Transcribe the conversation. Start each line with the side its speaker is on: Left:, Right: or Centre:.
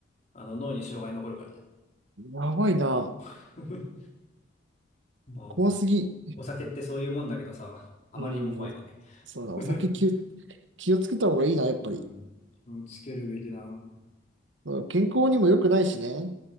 Left: あの、脳に障害残るからね。
Right: やばいな。
Left: <laughs> まあ、
Right: 怖すぎ。
Left: お酒ってそういうもんだけどさ、あまりにも怖いよね。
Right: うん、おそうだ、
Left: <laughs>
Right: お酒気を、気をつけた方がいいな、やっぱり。
Left: うん。気をつけるべきだ。うん
Right: そう健康にも良くないしね。